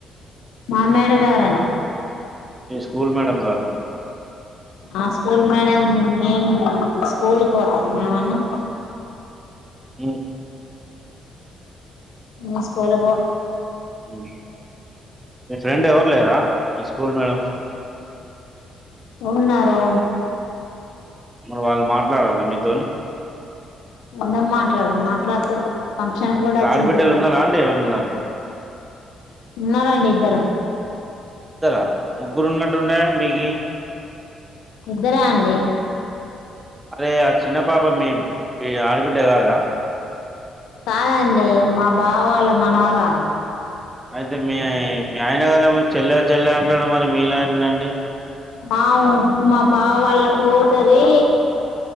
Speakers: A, on the left; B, on the right.
A: మా మేడం ఎవరండి.
B: మీ స్కూల్ మేడం గారు.
A: ఆ స్కూల్ మేడం మే స్కూల్ కి పోతాంద ఏమన్నా
B: మ్మ్
A: నువ్వు స్కూల్ కి పో
B: మ్మ్ మీ ఫ్రెండ్ ఎవరు లేరా స్కూల్ మేడం స్
A: ఉన్నారూ
B: మరి వాళ్ళు మాట్లాడరా మీతోని.
A: ఎందుకు మాట్లాడారు మాట్లాడతారు. ఫంక్షన్ కూడా
B: ఇంకా
A: వచ్చింది
B: ఆడిబిడ్డలు
A: ఇక్కడికి
B: ఉన్నారా అంటడి ఎవరన్నా
A: ఉన్నారండి ఇద్దరు
B: ఇద్దర ముగ్గురు ఉన్నట్టుండే మీకీ
A: ఇద్దర అండి
B: అరే ఆ చిన్న పాప మీ మీ ఆడబిడ్డ కాదా?
A: కాదండి మా బావ వాళ్ళ మనవరాళ్లు
B: అయితే మీ మీ ఆయన గాలు చెల్లె చెల్లె అంటాడు మరి మీలా ఏంటండి
A: అవు మా బావ వాళ్ళ కూతురి